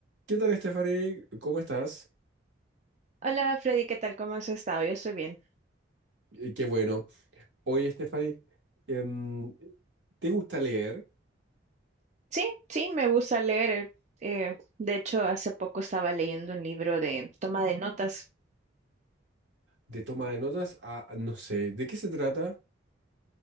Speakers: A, on the right (about 70°); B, on the right (about 40°).
A: ¿Qué tal, Stephanie? ¿Cómo estás?
B: Hola Freddy, ¿qué tal? ¿Cómo has estado? Yo estoy bien.
A: Eh, qué bueno. Oye, Stephanie, em, ¿te gusta leer
B: Sí, sí, me gusta leer. eh, eh, de hecho, hace poco estaba leyendo un libro de toma de notas.
A: de toma de notas? Ah, no sé, ¿de qué se trata?